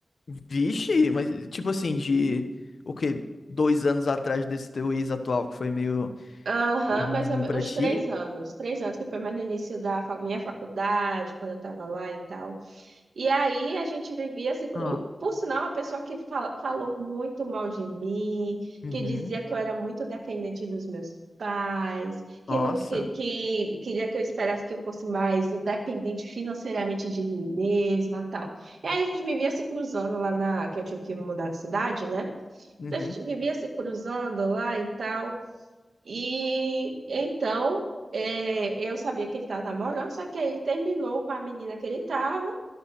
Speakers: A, on the left (about 80°); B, on the right (about 85°).
A: Vixe, mas tipo assim, de o quê? Dois anos atrás desse teu ex atual que foi meio
B: Aham,
A: ruimzinho
B: mais ou menos,
A: pra
B: uns
A: ti?
B: três anos. Três anos, que foi mais no início da fa- minha faculdade, quando eu estava lá e tal. E aí a gente vivia assim. com-
A: Ah,
B: um- Por sinal, uma pessoa que fala- falou muito mal de mim,
A: uhum.
B: que dizia que eu era muito dependente dos meus pais, que,
A: Nossa,
B: não, que, que queria que eu esperasse que eu fosse mais independente financeiramente de mim mesma tal. E aí a gente vivia se cruzando lá na. Que eu tive que me mudar de cidade, né?
A: uhum.
B: Então a gente vivia se cruzando lá e tal. E então, é, eu sabia que ele estava namorando, só que aí ele terminou com a menina que ele estava,